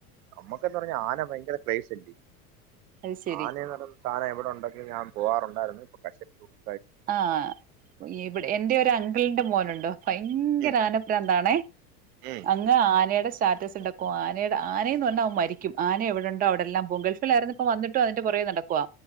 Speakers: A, on the right; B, on the right.
A: നമ്മുക്കെന്നു പറഞ്ഞാ ആന ഭയങ്കര ക്രേസല്ലിയോ
B: അത് ശരി
A: ആനേന്ന് പറഞ്ഞപ്പ ഘന എവിടുണ്ടങ്കിൽ ഞാൻ പോകാറുണ്ടായിരുന്നു ഇപ്പ <unintelligible> കശ <unintelligible> പ്പ
B: ആഹ് ഇവിടെ എന്റെ ഒരു അങ്കിളിന്റെ മോനുണ്ട്‌ ഭയങ്കര
A: ഉം
B: ആന ഭ്രാന്താണെ
A: ഉം
B: അ - അഹ് ആനേടെ സ്റ്റാറ്റസ് ഇണ്ടാക്കും ആനയുടെ ആനേന്ന് പറഞ്ഞാ അവൻ മരിക്കും ആന എവിടുണ്ടോ അടെല്ലാം പോകും ഗൾഫിലായിരുന്നു പിന്നെ - ഇപ്പ വന്നിട്ടും അതിന്റെ പൊറകേ നടക്കുവാ